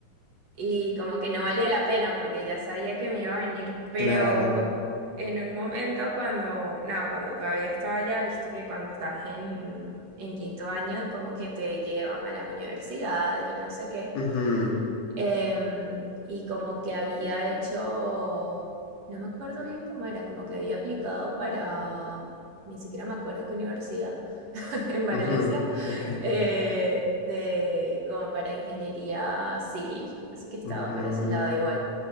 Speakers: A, on the right (about 65°); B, on the left (about 70°).
A: y como que no valía la pena porque ya sabía que me iba a venir, pero
B: claro.
A: en un momento cuando, no, cuando todavía estaba allá, viste que cuando estás en, en quinto año como que te llevan a las universidades y no sé qué.
B: Ujú,
A: Em, y como que había hecho, no me acuerdo bien cómo era, como que había aplicado para, ni siquiera me acuerdo qué universidad, <laughs> en Valencia,
B: ujú, ok.
A: eh, de, como para ingeniería civil. Así que estaba
B: ujú,
A: por ese lado igual.